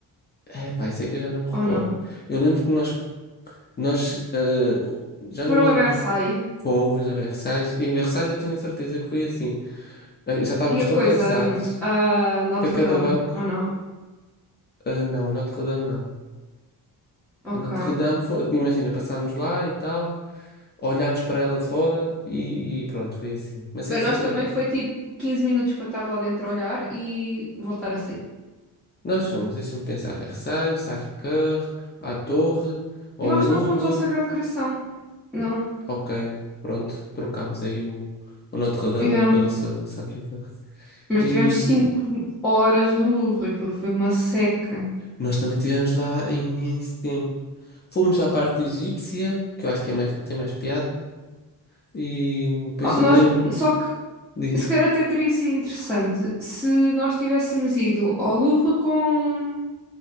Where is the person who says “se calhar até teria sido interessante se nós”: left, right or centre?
Centre